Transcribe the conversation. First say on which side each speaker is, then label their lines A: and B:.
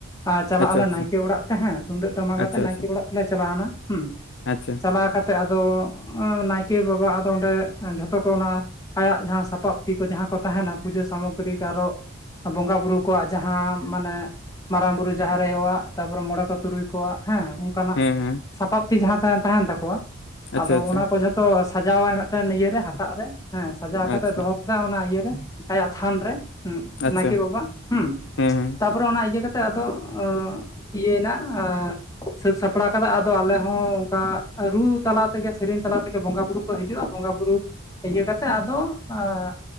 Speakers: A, on the left (about 15°); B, on the left (about 60°).
A: ᱟᱸᱻ ᱪᱟᱞᱟᱜ-ᱟᱞᱮ
B: ᱟᱪᱪᱷᱟ ᱟᱪᱪᱷᱟ
A: ᱱᱟᱭᱠᱮ ᱚᱲᱟᱜ ᱛᱮ ᱦᱮᱸ ᱛᱩᱢᱫᱟᱹᱜ ᱴᱟᱢᱟᱠ
B: ᱟᱪᱪᱷᱟ
A: ᱟᱛᱮᱜ ᱱᱟᱭᱠᱮ
B: ᱟᱪᱪᱷᱟ
A: ᱚᱲᱟᱜ ᱛᱮᱞᱮ ᱪᱟᱞᱟᱣᱮᱱᱟ ᱦᱩᱸ᱾
B: ᱟᱪᱪᱷᱟ᱾
A: ᱪᱟᱞᱟᱣ ᱠᱟᱛᱮᱫ ᱟᱫᱚ ᱱᱟᱭᱠᱮ ᱵᱟᱵᱟ ᱟᱫᱚ ᱚᱸᱰᱮ ᱡᱷᱚᱛᱚ ᱠᱚ ᱚᱱᱟ ᱟᱭᱟᱜ ᱡᱟᱦᱟᱸ ᱥᱟᱯᱟᱵ ᱛᱤ ᱠᱚ ᱡᱟᱦᱟᱸ ᱠᱚ ᱛᱟᱸᱦᱮᱱᱟ ᱯᱩᱡᱟᱹ ᱥᱟᱢᱚᱜᱽᱜᱨᱤ ᱠᱚ ᱟᱨᱚ ᱵᱚᱸᱜᱟ ᱵᱩᱨᱩ ᱠᱚᱣᱟᱜ ᱡᱟᱦᱟᱸ ᱢᱟᱱᱮ ᱢᱟᱨᱟᱝ ᱵᱩᱨᱩ ᱡᱟᱦᱮᱨ ᱟᱭᱳᱣᱟᱜ ᱛᱟᱯᱚᱨᱮ ᱢᱚᱬᱮ ᱠᱚ ᱛᱩᱨᱩᱭ ᱠᱚᱣᱟᱜ ᱦᱮᱸ ᱚᱱᱠᱟᱱᱟᱜ
B: ᱦᱮᱸ ᱦᱮᱸ
A: ᱥᱟᱯᱟᱯ ᱛᱤ ᱡᱟᱦᱟᱸ ᱛᱟᱦᱮᱸ ᱛᱟᱸᱦᱮᱱ ᱛᱟᱠᱚᱣᱟ
B: ᱟᱪᱪᱷᱟ
A: ᱟᱫᱚ
B: ᱟᱪᱪᱷᱟ
A: ᱚᱱᱟ ᱠᱚ ᱡᱷᱚ ᱛᱚ ᱥᱟᱡᱟᱣᱟᱭ ᱢᱤᱫᱴᱮᱱ ᱤᱭᱟᱹ ᱨᱮ ᱦᱟᱴᱟᱜ ᱨᱮ ᱦᱮᱸ ᱥᱟᱡᱟᱣ ᱠᱟᱛᱮᱫ
B: ᱟᱪᱪᱷᱟ
A: ᱫᱚᱦᱚ ᱠᱟᱫᱟᱭ ᱚᱱᱟ ᱤᱭᱟᱹ ᱨᱮ᱾ ᱟᱭᱟᱜ ᱛᱷᱟᱱ ᱨᱮ, ᱦᱩᱸ ᱱᱟᱭᱠᱮ
B: ᱟᱪᱪᱷᱟ
A: ᱵᱟᱵᱟ ᱦᱩᱸ᱾
B: ᱦᱮᱸ ᱦᱮᱸ
A: ᱛᱟᱯᱚᱨᱮ ᱚᱱᱟ ᱤᱭᱟᱹ ᱠᱟᱛᱮᱫ ᱟᱫᱚ ᱚᱸ ᱤᱭᱟᱹᱭᱮᱱᱟ ᱮᱸᱻ᱾ ᱥᱟᱹᱛ ᱥᱟᱯᱲᱟᱣ ᱠᱟᱫᱟ ᱟᱫᱚ ᱟᱞᱮ ᱦᱚᱸ ᱚᱝᱠᱟ ᱨᱩ ᱛᱟᱞᱟ ᱛᱮᱜᱮ, ᱥᱮᱨᱮᱧ ᱛᱟᱞᱟ ᱛᱮᱜᱮ ᱵᱚᱸᱜᱟ ᱵᱩᱨᱩ ᱠᱚ ᱦᱤᱡᱩᱜ-ᱟ ᱵᱚᱸᱜᱟ ᱵᱩᱨᱩ ᱤᱭᱟᱹ ᱠᱟᱛᱮᱜ ᱟᱫᱚ ᱮᱸᱜ